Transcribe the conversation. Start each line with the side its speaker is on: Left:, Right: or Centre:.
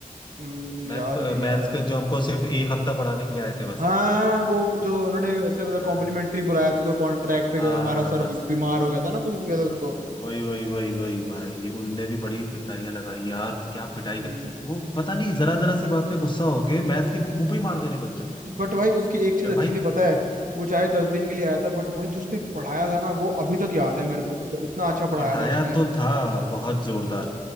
Right: हम्म, याद
Left: मैथ्स का
Right: नहीं यार
Left: मैथ्स का जो हमको सिर्फ एक हफ्ता पढ़ाने के लिए आए थे बस
Right: हाँ हाँ वो जो उन्होंने ऐसे मतलब
Left: हाँ
Right: कॉम्प्लीमेंट्री बुलाया था तो कॉन्ट्रैक्ट पे
Left: हाँ
Right: हमारा सर
Left: बस
Right: बी- बीमार हो गया था ना कुछ हो गया था उसको
Left: अ, वही वही वही वही भाई उनने भी बड़ी पिटाइयां लगाई यार क्या पिटाई
Right: हम्म
Left: का वो पता नहीं जरा जरा सी बात पे गुस्सा होके मैथ्स की बुक मुंह पे ही मार दे रहे बच्चों के
Right: बट भाई उसकी एक चीज
Left: मैं
Right: अच्छी
Left: भाई
Right: थी पता है वो चाहे दस दिन के लिए आया था बट भाई जो उसने पढ़ाया था ना वो अभी तक याद है मेरे को मतलब इतना अच्छा पढ़ाया
Left: पढ़ाया
Right: था उसने
Left: तो था बहुत जोरदार